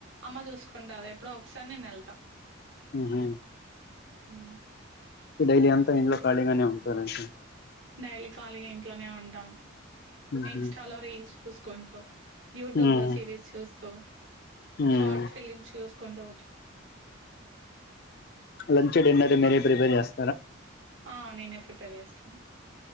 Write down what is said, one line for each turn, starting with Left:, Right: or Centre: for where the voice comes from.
Right: అమ్మ చూసుకుంటారు, ఎప్పుడో ఒకసారి నేను ఎళ్తా
Left: హ్మ హు
Right: మ్
Left: డైలీ అంతా ఇంట్లో ఖాళీ గానే ఉంటార ఐతే
Right: డైలీ ఖాళీ గా ఇంట్లోనే ఉంటాం
Left: మ్హూ
Right: ఇన్స్టాలో రీల్స్స్ చూస్ కుంటు యూట్యూబ్
Left: మ్మ్
Right: లో సిరీస్ చూస్తూ
Left: మ్మ్
Right: షార్ట్ ఫిలిమ్స్ చూస్ కుండవచ్చు
Left: లంచ్ డిన్నర్ మీరే ప్రిపేర్ చేస్
Right: ఆ నేనే ప్రిపేర్ ట చేస్తాను